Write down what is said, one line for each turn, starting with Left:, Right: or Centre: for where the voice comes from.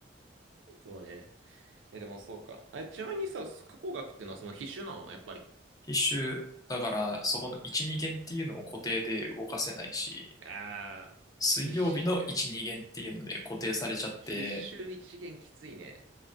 Right: そうね。え、でもそうか。あ、ちなみにさ、加工学ってのはその必修なのやっぱり。
Left: 必修、だからそこの1、2限っていうのも固定で動かせないし、
Right: ああ、
Left: 水曜日の1、
Right: 必修、
Left: 2限っていうので固定されちゃって、
Right: 必修一限きついね。